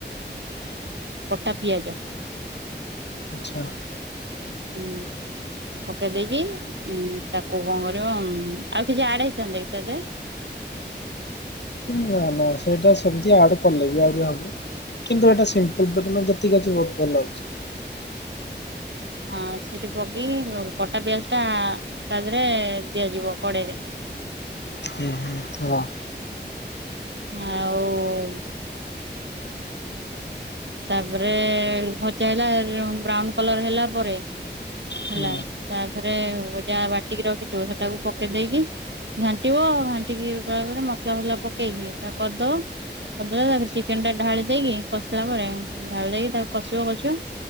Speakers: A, on the right (about 80°); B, on the left (about 70°).
A: କଟା ପିଆଜ।
B: ଆଚଛା।
A: ହୁଁ। ପକେଇ ଦେଇକି ଉ ତାକୁ କଣ କରିବ ଆଉ କିଛି ଆଡ ହେଇଥାନ୍ତା କି ଦେହରେ?
B: ନା ନା ସେଇଟା ସେମତି ଆଡ କଲେ ବି ଆହୁରି ହବ। କିନ୍ତୁ ଏଟା ସିମ୍ପଲେ ଯେତିକି ଅଛି ବହୁତ ଭଲ ଲାଗୁଛି।
A: ହଁ ସେଠି ପକେଇକି କଟା ପିଆଜ ଟା ତା ଦେହରେ ଦିଆଯିବ କଡେଇରେ।
B: ହୁଁ ହୁଁ ହ।
A: ଆଉ ତାପରେ ଭଜା ହେଲା ବ୍ରାଉନ କଲର ହେଲା ପରେ ହେଲା
B: ହୁଁ
A: ତାଥରେ ଗଟା ବାଟିକି ରଖିଥିବ ସେଟାକୁ ପକେଇ ଦେଇକି ଘାଣ୍ଟିବ ଘାଣ୍ଟିକି ପା ପରେ ମସଲା ପକେଇକି ତା କରିଦବ। ଅ ତାକୁ ଚିକେନ ଟା ଢାଳି ଦେଇକି କଷିଲା ପରେ ଢାଳି ଦେଇକି ତାକୁ କଷିବ କଷିବ।